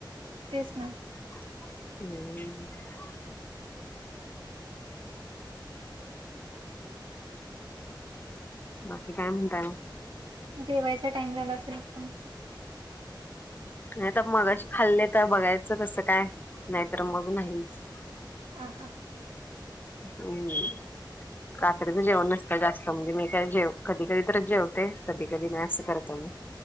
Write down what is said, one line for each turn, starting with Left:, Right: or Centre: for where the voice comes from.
Right: तेच ना
Left: हम्म बाकी काय म्हणताय
Right: जेवायचा टाईम झाला असेल कोणाचा
Left: नाही आता मगाशी खाल्ले तर बघायचं कसं काय नाहीतर मग नाहीच
Right: आ हा
Left: हम्म रात्री तर जेवण नसत जास्त म्हणजे मी काय जेव कधी कधी तरच जेवते कधी कधी नाही असं करत तव <inaudible>